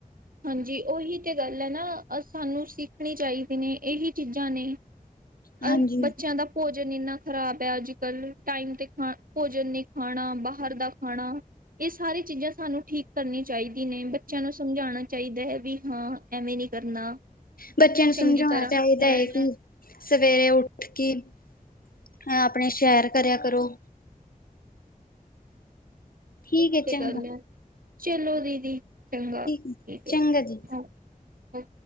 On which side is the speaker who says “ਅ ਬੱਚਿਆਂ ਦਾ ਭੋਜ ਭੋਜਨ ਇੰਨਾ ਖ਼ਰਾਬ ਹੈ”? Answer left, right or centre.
Right